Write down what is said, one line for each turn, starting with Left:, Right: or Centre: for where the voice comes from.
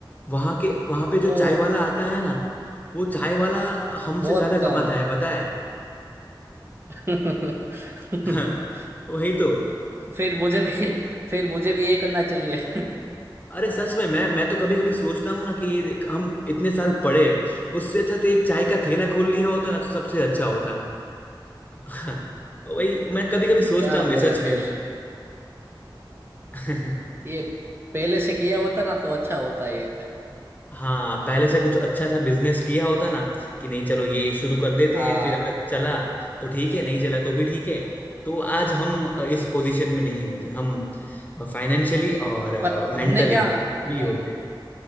Left: वहां के वहां पे
Right: ओ
Left: जो चाय वाला आता है ना वो चाय वाला हमसे
Right: बहुत
Left: ज्यादा
Right: कम
Left: कमाता है पता है
Right: <laughs>
Left: <laughs> वही तो
Right: फिर मुझे भी फिर मुझे भी ये करना चाहिए
Left: अरे सच में मैं मैं तो कभी कभी सोचता हूँ ना कि ये देख, हम इतने साल पढ़े उससे अच्छा तो एक चाय का ठेला खोल लिया होता ना तो सबसे अच्छा होता <laughs> वही मैं कभी कभी सोचता
Right: क्या
Left: हूँ ये
Right: बोले
Left: सच में
Right: फिर
Left: <laughs>
Right: ये पहले से किया होता ना तो अच्छा होता ये
Left: हाँ पहले से कुछ अच्छा सा बिजनेस किया होता ना कि नहीं चलो ये शुरू कर देते
Right: हाँ
Left: हैं फिर अगर चला तो ठीक है नहीं चला तो भी ठीक है तो आज हम अ, इस पोजीशन में नहीं होते हम फाइनेंशियली और
Right: पर
Left: मेंटली
Right: हमने क्या
Left: फ्री
Right: नहीं
Left: होते